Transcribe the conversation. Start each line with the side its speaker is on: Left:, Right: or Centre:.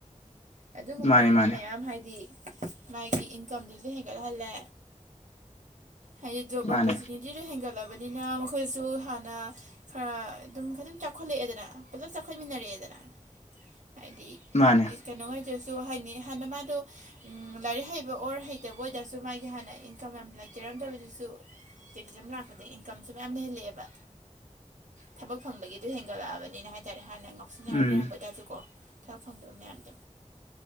Right: ꯑꯗꯨꯒꯨꯝꯕꯗꯨꯅ
Left: ꯃꯥꯅꯦ ꯃꯥꯅꯦ
Right: ꯃꯌꯥꯝ ꯍꯥꯏꯗꯤ ꯃꯥꯒꯤ ꯏꯟꯀꯝꯗꯨꯁꯨ ꯍꯦꯟꯒꯠꯍꯜꯂꯦ ꯍꯥꯏꯗꯤ ꯖꯣꯕ
Left: ꯃꯥꯅꯦ
Right: <unintelligible> ꯇꯤꯗꯣ ꯍꯦꯟꯒꯠꯂꯕꯅꯤꯅ ꯑꯩꯈꯣꯏꯁꯨ ꯍꯥꯟꯅ ꯈꯔ ꯑꯗꯨꯝ ꯑꯗꯨꯝ ꯆꯥꯎꯈꯠꯂꯛꯑꯦꯗꯅ ꯐꯖꯅ ꯆꯥꯎꯈꯠꯃꯤꯟꯅꯔꯛꯑꯦꯗꯅ ꯍꯥꯏꯗꯤ
Left: ꯃꯥꯅꯦ
Right: ꯀꯩꯅꯣ ꯍꫭꯏꯗꯁꯨ ꯍꯥꯏꯅꯤ ꯍꯥꯟꯅ ꯃꯥꯗꯣ ꯂꯥꯏꯔꯤꯛ ꯍꯩꯕ ꯑꯣꯔ ꯍꯩꯇꯕ ꯑꯣꯏ ꯇꯁꯨ ꯃꯥꯒꯤ ꯍꯥꯟꯅ ꯏꯟꯀꯝ ꯌꯥꯝ ꯂꯩꯖꯔꯝꯗꯕꯗꯨꯁꯨ ꯇꯦꯛꯖꯝ ꯂꯥꯛꯄꯗꯩ ꯏꯟꯀꯝꯁꯨ ꯃꯌꯥꯝꯗ ꯍꯜꯂꯛꯑꯦꯕ ꯊꯕꯛ ꯐꯪꯕꯒꯤꯗꯨ ꯍꯦꯟꯒꯠꯂꯛꯑꯕꯅꯤꯅ ꯍꯥꯏꯇꯥꯔꯦ ꯍꯥꯟꯅ ꯉꯥꯎ ꯁꯥꯟꯅꯔ
Left: ꯎꯝ
Right: ꯂꯩꯔꯝꯕ ꯑꯣꯏꯇꯥꯁꯨꯀꯣ ꯊꯕꯛ ꯐꯪꯗꯕ ꯃꯌꯥꯝꯗꯣ